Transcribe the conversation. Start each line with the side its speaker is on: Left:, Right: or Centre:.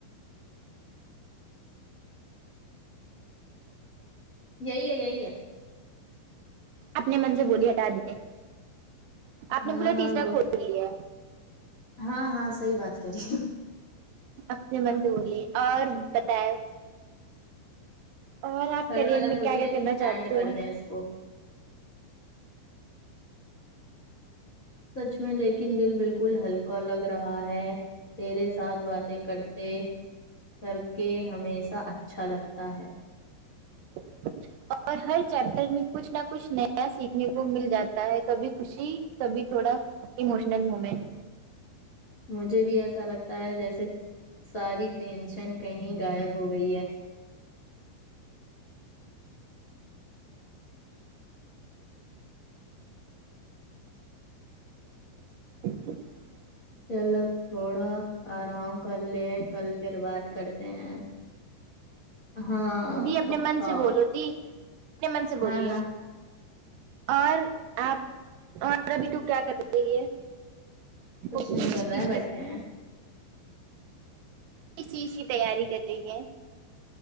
Left: یہی ہے یہی ہے
Right: اپنے من سے بولیے ہٹا دیجئے آپ
Left: ہاں
Right: نے بولا
Left: ہاں
Right: تیسرا
Left: وہ
Right: کھول لیا
Left: ہاں ہاں صحیح بات کررہی ہو
Right: اپنے من سے بولیے اور بتاے اور
Left: تھرڈ
Right: آپ کریئر
Left: والا
Right: میں
Left: کھولیے
Right: کیا کیا کرنا چاہتی
Left: اینڈ کر
Right: ہو
Left: دیں اس کو سچ میں لیکن دل بالکل ہلکا لگ رہا ہے تیرے ساتھ باتیں کر کے کر کے ہمیشہ اچھا لگتا ہے
Right: <inaudible> اور ہر چیپٹر میں کچھ نہ کچھ نیا سیکھنے کو مل جاتا ہے کبھی خوشی کبھی تھوڑا اموشنل مومنٹ
Left: مجھے بھی ایسا لگتا ہے جیسے ساری ٹینشن کہیں غائب ہو گئی ہے
Right: <inaudible>
Left: چلو تھوڑا آرام کر لے کل پھر بات کرتے ہیں ہاں
Right: دی اپنے
Left: پکا
Right: من سے بولو دی اپنے من سے
Left: ہاں
Right: بولیے
Left: ہاں
Right: اور آپ اور ابھی تو کیا کر رہی ہے <unintelligible>
Left: کچھ نہیں کر رہے ہیں بیٹھے ہیں
Right: کس چیز کی تیاری کر رہی ہے